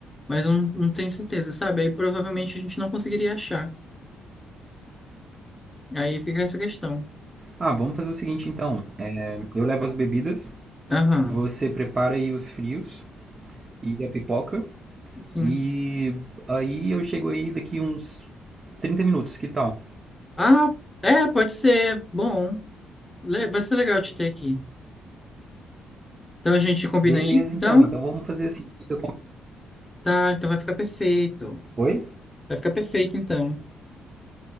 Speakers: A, on the left; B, on the right.
A: Mas eu não, não tenho certeza, sabe? Aí provavelmente a gente não conseguiria achar. Aí fica essa questão.
B: Ah, vamos fazer o seguinte então. Eu levo as bebidas,
A: Aham.
B: você prepara aí os frios e a pipoca,
A: Sim.
B: e aí eu chego aí daqui uns 30 minutos, que tal?
A: Ah, é, pode ser. Bom, le- vai ser legal te ter aqui. Então a gente combina
B: Beleza
A: isso, então?
B: então, então vamos fazer assim. Fica
A: Tá, então vai ficar perfeito.
B: com- Oi?
A: Vai ficar perfeito, então.